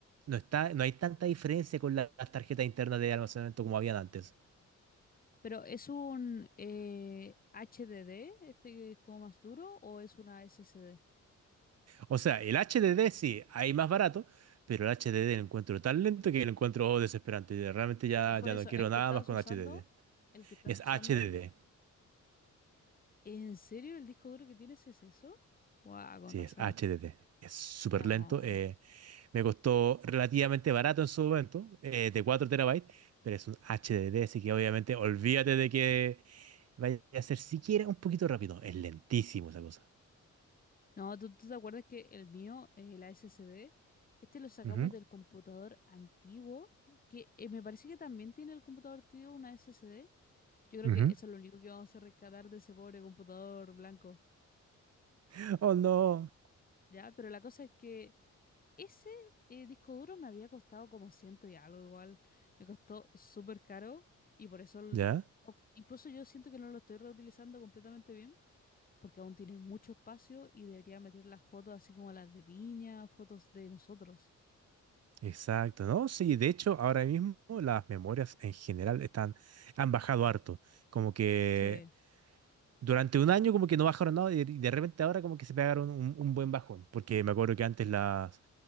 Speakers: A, on the right (about 55°); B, on the left (about 30°).
A: No está, no hay tanta diferencia con la- las tarjetas internas de almacenamiento como habían antes.
B: Pero ¿es un eh, HDD, este que es como más duro, o es una SSD?
A: O sea, el HDD sí, hay más barato, pero el HDD lo encuentro tan lento que lo encuentro desesperante. Y Realmente ya,
B: P- Por
A: ya
B: eso,
A: no quiero
B: el que
A: nada
B: estás
A: más con
B: usando,
A: HDD.
B: el que estás
A: Es
B: usando,
A: HDD.
B: ¿en serio el disco duro que tienes es eso? Guau, con
A: Sí,
B: razón.
A: es HDD. Es súper
B: No.
A: lento. eh, me costó relativamente barato en su momento, eh, de 4 terabytes, pero es un HDD, así que obviamente olvídate de que vaya a ser siquiera un poquito rápido. Es lentísimo esa cosa.
B: No, ¿tú, tú te acuerdas que el mío, eh, la SSD, este lo sacamos
A: Ujú,
B: del computador antiguo, que eh, me parece que también tiene el computador antiguo una SSD. Yo creo
A: Ujú.
B: que eso es lo único que vamos a rescatar de ese pobre computador blanco,
A: ujú. Oh, no.
B: ¿ya? Pero la cosa es que ese eh, disco duro me había costado como ciento y algo igual. Me costó súper caro y por eso, el-
A: ¿Ya?
B: o- incluso yo siento que no lo estoy reutilizando completamente porque aún tiene mucho espacio y debería meter las fotos así como las de Viña, fotos de nosotros.
A: Exacto, ¿no? Sí, de hecho, ahora mismo las memorias en general están, han bajado harto. Como que
B: Sí.
A: durante un año como que no bajaron nada y de, y de repente ahora como que se pegaron un, un buen bajón. Porque me acuerdo que antes las,